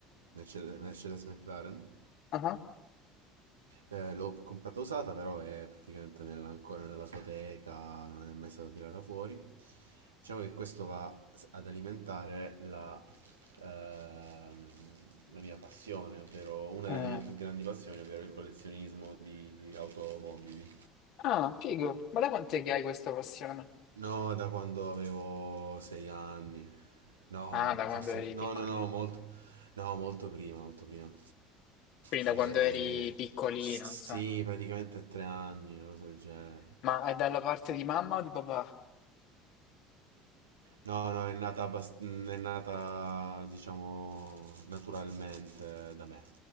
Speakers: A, on the right; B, on the left.
A: Mercedes, Mercedes McLaren.
B: aha,
A: Eh, l'ho comprata usata, però è praticamente nella- ancora nella sua teca, non è mai stata tirata fuori. Diciamo che questo va s- ad alimentare la, ehm, la mia passione, ovvero una
B: mm.
A: delle mie più grandi passioni, ovvero il collezionismo di di automobili.
B: Ah, figo. Ma da quant'è che hai questa passione?
A: No, da quando avevo sei anni. No,
B: Ah, da quando
A: forse...
B: eri
A: No,
B: piccolino.
A: no, no, molto... No, molto prima, molto prima.
B: Quindi
A: Eh,
B: da quando eri piccolino,
A: sì,
B: insomma.
A: praticamente tre anni, una cosa del genere.
B: Ma è dalla parte di mamma o di papà?
A: No, no, è nata, abbast- mm, è nata, diciamo, naturalmente da me.